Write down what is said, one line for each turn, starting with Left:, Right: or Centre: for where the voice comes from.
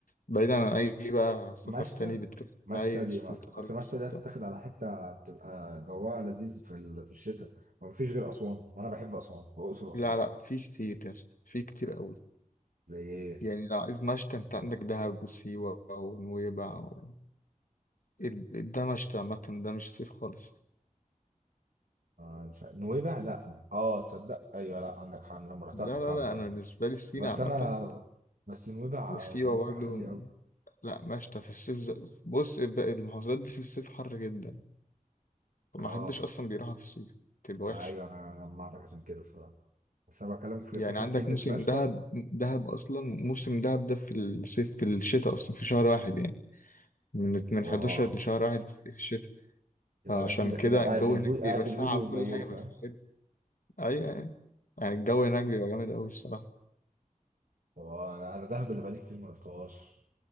Left: بعيدا عن اي بقى سفر
Right: مشتى
Left: تاني بتروح
Right: مشتى
Left: عايز
Right: دي اصل
Left: وتخلص
Right: اصل مشتى
Left: وبتاع
Right: دي هتتاخد على حته بتبقى جواها لذيذ في ال... في الشتاء ومفيش غير اسوان وانا بحب اسوان واقصر واسوان
Left: لا لا في كتير يا اسطى في كتير قوي
Right: زي ايه
Left: يعني لو عايز مشتى انت عندك دهب وسيوة ونويبع و... ال- ده مشتى عامة ده مش صيف خالص
Right: آه مش عارف. نويبع لا اه تصدق ايوه لا عندك حق أنا لما رحتها
Left: لا
Right: كانت
Left: لا
Right: حر
Left: لا
Right: فعلا
Left: انا بالنسبة لي في سينا
Right: بس
Left: عامة
Right: انا بس نويبع
Left: وسيوة
Right: نويبع
Left: برضو
Right: هاديه قوي
Left: لا مشتى في الصيف ز... بص الب- المحافظات دي في الصيف حر جدا طب ما
Right: اه
Left: حدش اصلا بيروحها في الصيف تبقى وحشه
Right: ايوه انا جمعتك عشان كده بصراحه بس انا بكلمك في
Left: يعني
Right: فكره
Left: عندك
Right: كلمه
Left: موسم
Right: مشتى
Left: دهب دهب اصلا موسم دهب ده في الصيف في الشتاء اصلا في شهر واحد يعني من من 11
Right: واه
Left: لشهر واحد في الشتاء
Right: تبقى
Left: فعشان
Right: جميله
Left: كده
Right: كده وقاعد
Left: الجو
Right: بالهودي
Left: هناك
Right: قاعد
Left: بيبقى
Right: بالهودي
Left: ساقع
Right: والمايوه
Left: وكل حاجه
Right: فاهم
Left: بس حلو ايوه يعني الجو هناك بيبقى جامد قوي الصراحه
Right: واه انا انا دهب اللي بقالي كتير ما رحتهاش